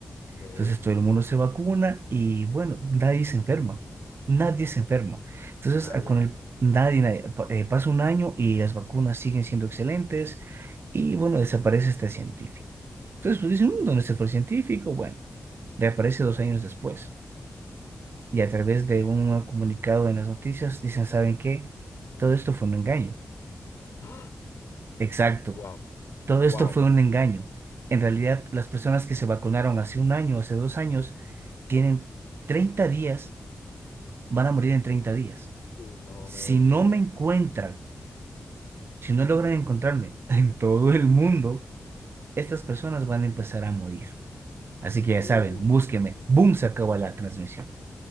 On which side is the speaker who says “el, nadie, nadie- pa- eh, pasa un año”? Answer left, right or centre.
Right